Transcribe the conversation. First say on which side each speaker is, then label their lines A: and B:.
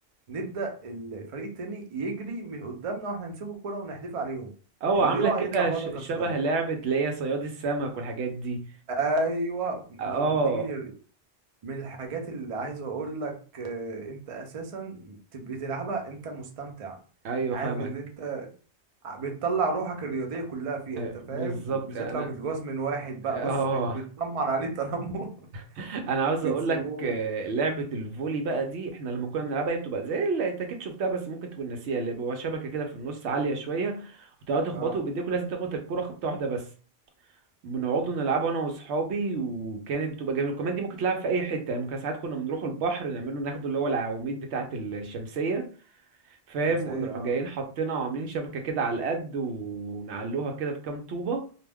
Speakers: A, on the right; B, on the right.
A: نبدأ الفريق التاني يجري من قدامنا واحنا نمسكه الكرة ونحدفها عليهم
B: اه
A: اللي
B: عاملة
A: يقع
B: كده
A: يطلع بره
B: ش-
A: كسران
B: شبه لعبة اللي هي صياد السمك والحاجات دي
A: ايوه ما-
B: اه
A: دي من ال- من الحاجات اللي عايز اقول لك آه، انت اساسا تبقى تلعبها انت مستمتع
B: ايوه
A: عارف
B: فاهمك
A: اللي انت بتطلع روحك الرياضية كلها فيها
B: آه،
A: انت فاهم
B: بالظبط
A: بالذات
B: انا
A: لو متجوز من واحد بقى
B: اه
A: بص بت- بتنمر
B: <laughs>
A: عليه تنمر <laughs>
B: <laughs> انا عاوز
A: بتسيبوه
B: اقول لك آه، لعبه الفولي بقى دي احنا لما كنا بنلعبها هي بتبقى زي اللي انت اكيد شفتها بس ممكن تكون ناسيها اللي بيبقى شبكه كده في النص عاليه شويه وتقعدوا تخبطوا
A: اه
B: بايديكوا لازم تخبط الكره خبطه واحده بس بنقعدوا نلعبها انا واصحابي وكانت بتبقى جميله وكمان دي ممكن تلعب في اي حته يعني ممكن ساعات كنا بنروحوا البحر نعمله ناخده اللي هو العواميد بتاعه الشمسيه فاهم
A: شمسية
B: ونروح
A: اه
B: جايين حاطينها وعاملين شبكه كده على القد ونعلوها كده بكام طوبه